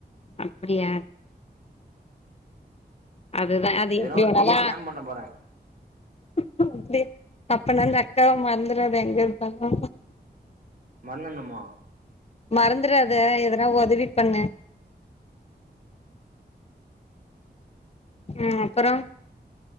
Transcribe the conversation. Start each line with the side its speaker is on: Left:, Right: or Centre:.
Left: அப்டியா அதுதா அது
Right: எதனா
Left: எப்டி
Right: ஒரு
Left: வேணாலு
Right: பெரிய ஸ்கேம் பண்ண போறே
Left: ஹோ ப்டி அப்பனா அந்தக்காவ மற்ந்துறாத எங்கெருந்தாலு
Right: மற்ந்துனுமா
Left: மறந்துறாத எதுனா ஒதவி பண்ணு உம் அப்பறோ